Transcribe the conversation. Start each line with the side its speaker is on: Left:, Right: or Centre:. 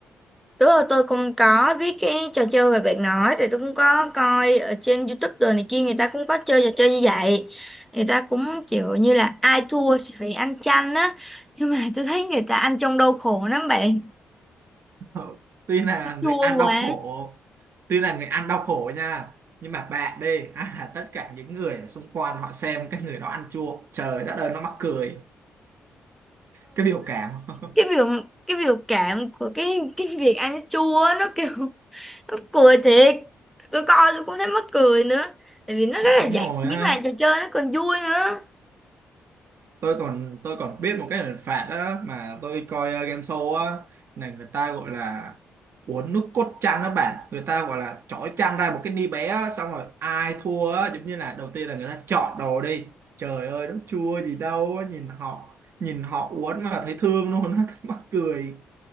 Centre: đúng rồi tôi cũng có biết cái trò chơi mà bạn nói thì tôi cũng có coi ở trên YouTube đồ này kia người ta cũng có chơi trò chơi như vậy người ta cũng kiểu như là ai thua thì phải ăn chanh á nhưng mà tôi thấy người ta ăn trong đau khổ lắm bạn
Right: <laughs> tuy là người
Centre: chua
Right: ăn
Centre: quá
Right: đau khổ tuy là người ăn đau khổ nha nhưng mà bạn đi hay là tất cả những người ở xung quanh họ xem cái người đó ăn chua trời đất ơi nó mắc cười cái biểu cảm <laughs>
Centre: cái biểu cái biểu cảm của cái cái việc ăn cái chua á, nó kiểu <laughs> nó cười thiệt tôi coi tôi cũng thấy mắc cười nữa tại vì nó
Right: đúng
Centre: rất là giải
Right: rồi
Centre: trí
Right: á
Centre: mà trò chơi nó còn vui nữa
Right: tôi còn tôi còn biết một cái hình phạt đó mà tôi coi ờ, game show á là người ta gọi là uống nước cốt chăn đó bạn người ta gọi là chói chăn ra một cái ni bé á, xong rồi ai thua á giống như là đầu tiên là người ta chọn đồ đi trời ơi nó chua gì đâu á, nhìn họ nhìn họ uống mà thấy thương luôn á <laughs> thấy mắc cười